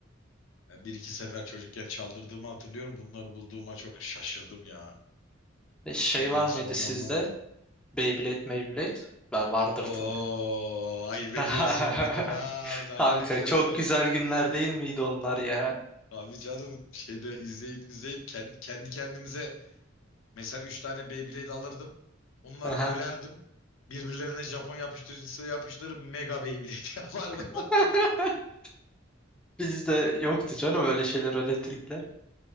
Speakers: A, on the left; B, in the centre.
A: Ben bir iki sefer çocukken çaldırdığımı hatırlıyorum. Bunları bulduğuma çok şaşırdım ya.
B: E, şey
A: Na-
B: var
A: nasıl
B: mıydı
A: oldu
B: sizde?
A: anlamadım.
B: Beyblade, Beyblade? Ben vardır
A: Oo,
B: tabii.
A: ayıp
B: <laughs>
A: ediyorsun Bedir ha, ayıp
B: Kanka
A: ediyorsun.
B: çok güzel günler değil miydi onlar ya?
A: Abi canım şeyde izleyip izleyip kendi, kendi kendimize mesela üç tane Beyblade alırdım. Onları
B: Aha.
A: bölerdim. Birbirlerine Japon yapıştırıcısı yapıştırır mega Beyblade <laughs> yapardım.
B: <laughs>
A: <laughs>
B: Bizde yoktu canım öyle şeyler, öyle trikler.